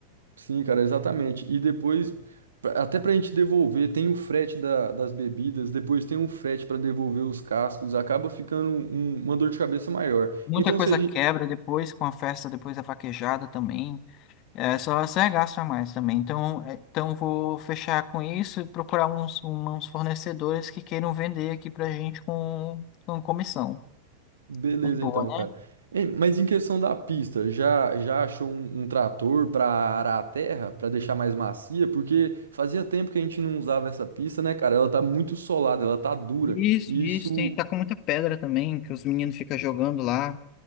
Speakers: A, on the right; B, on the left.
A: Sim, cara, exatamente. E depois, pra- até pra gente devolver, tem o frete da- das bebidas, depois tem um frete pra devolver os cascos, acaba ficando um- um, uma dor de cabeça maior.
B: Muita
A: Então,
B: coisa
A: seja.
B: quebra depois, com a festa, depois da vaquejada também. É só, só é gasto a mais também. Então, é, então vou fechar com isso e procurar uns, um- uns fornecedores que queiram vender aqui pra gente com, com comissão.
A: Beleza,
B: Tá de boa,
A: então,
B: né?
A: cara. Ei, mas em questão da pista, já, já achou um, um trator pra arar a terra, pra deixar mais macia? Porque fazia tempo que a gente não usava essa pista, né, cara? Ela tá muito solada, ela tá dura.
B: Isso,
A: E
B: isso,
A: isso
B: tem, tá com muita pedra também, que os meninos ficam jogando lá.